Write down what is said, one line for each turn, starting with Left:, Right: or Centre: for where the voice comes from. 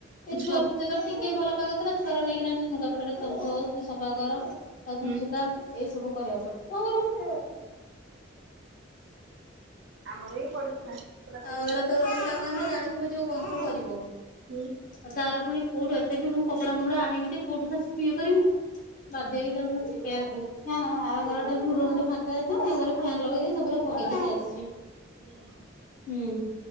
Left: ଏ ଛୁଆ
Right: ହଁ
Left: ଯେବେ ଟିକେ ଭଲ ପାଗ ଥିଲା ଛୁଆର ନେଇକିନା ଲୁଗା ପଟାରେ ସବୁ ଧୋଇକି ସଫା କର ତା
Right: ହୁଁ।
Left: ପୁଣି ସ୍ଵତା ଏଇ ସବୁ କରିଆକୁ ପଡେ କଣ କରିବୁ?
Right: ଆମର ହିଁ ବଡ଼ଛୁଆ ସେଟା
Left: ଆଉ
Right: ସୁଚି।
Left: ଏରା ତ ରହିଲା ମାନେ ଜାଣିଥିବ ଯୋଉ ଗନ୍ଧ କରିବ
Right: ହୁଁ
Left: ଆଉ ତାର ପୁଣି କୋଉଠୁ ଏତେ ବି ମୁଁ କପଡା ଫପଡା ଆଣିବି ଯେ କୋଉଠୁ ପାଷ୍ଟ ଇଏ କରିବି ବାଧ୍ୟ ହେଇକି ତାକୁ ଏୟାକୁ ଫ୍ୟାନ୍ ଆର ଘରଟା ଫୁଲ୍ ମୁଁ ତ ଫାଙ୍କା ଅଛି ସେଇ ଘରେ ଫ୍ୟାନ୍ ଲଗେଇଦେଇ ସବୁୁରା ପକେଇ ଦେଇକି ଆସିଛି।
Right: <inaudible>
Left: ହୁଁ